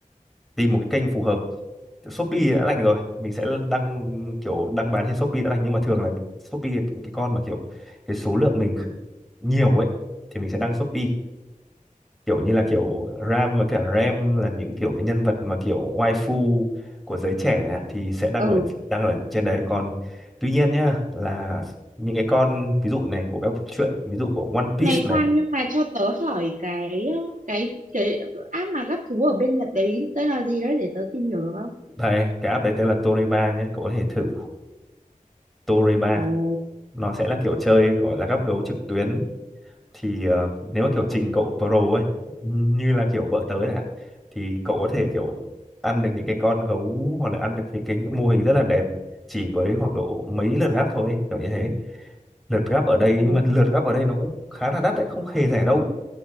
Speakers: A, in the centre; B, on the right.
A: tìm một cái kênh phù hợp Kiểu Shopee đã đành rồi mình sẽ đăng kiểu đăng bán trên Shopee đã đành nhưng mà thường là Shopee cái con mà kiểu cái số lượng mình kh- nhiều ấy thì mình sẽ đăng Shopee kiểu như là kiểu Ram và cả Ram là những kiểu cái nhân vật mà kiểu waifu của giới trẻ này ạ, thì sẽ đăng
B: ừ.
A: ở đăng ở trên đấy còn tuy nhiên nhá là những cái con ví dụ này của các truyện ví dụ của One Piece
B: Này
A: này
B: khoan, nhưng mà cho tớ hỏi cái ờ, cái cái app mà gắp thú ở bên Nhật đấy tên là gì đấy để tớ tìm hiểu được không?
A: đây cái app đấy tên là Toreba nhé cậu có thể thử Toreba
B: Ồ,
A: nó sẽ là kiểu chơi gọi là gắp gấu trực tuyến thì ờ, nếu mà kiểu trình cậu pro ấy như là kiểu vợ tớ chẳng hạn thì cậu có thể kiểu ăn được những cái con gấu hoặc là ăn được những cái mô hình rất là đẹp chỉ với khoảng độ mấy lượt gắp thôi ấy, kiểu như thế lượt gắp ở đây
B: ồ,
A: nhưng mà lượt gắp ở đây nó cũng khá là đắt đấy không hề rẻ đâu